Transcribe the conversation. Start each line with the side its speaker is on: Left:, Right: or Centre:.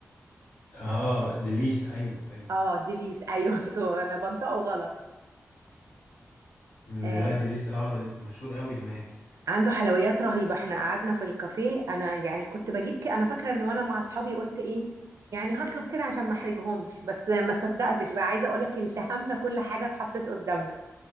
Left: اه ديليس ايوه ايوه
Right: اه ديليس ايوه <laughs> انتوا انا بنطقه غلط
Left: مم،
Right: آه،
Left: دي- لا ديليس اه ده مشهور قوي هناك
Right: عنده حلويات رهيبة احنا قعدنا في الكافيه انا يعني كنت بجيب كده انا فاكرة ان وانا مع اصحابي قلت ايه يعني هطلب كده عشان ما احرجهمش بس ما صدقتش بقى عايزة اقول لك التهمنا كل حاجة اتحطت قدامنا